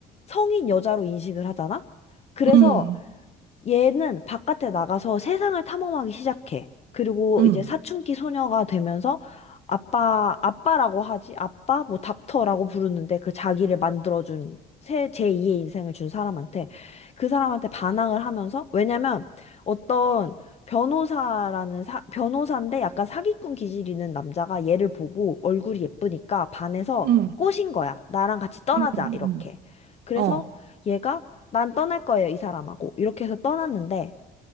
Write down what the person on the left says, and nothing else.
성인 여자로 인식을 하잖아? 그래서
얘는 바깥에 나가서 세상을 탐험하기 시작해. 그리고
이제 사춘기 소녀가 되면서 아빠, 아빠라고 하지? 아빠? 뭐 닥터라고 부르는데 그 자기를 만들어준 새, 제2의 인생을 준 사람한테 그 사람한테 반항을 하면서 왜냐면 어떤 변호사라는 사, 변호사인데 약간 사기꾼 기질 있는 남자가 얘를 보고 얼굴이 예쁘니까 반해서
꼬신 거야. 나랑 같이 떠나자.
이렇게. 그래서
얘가 난 떠날 거예요, 이 사람하고. 이렇게 해서 떠났는데,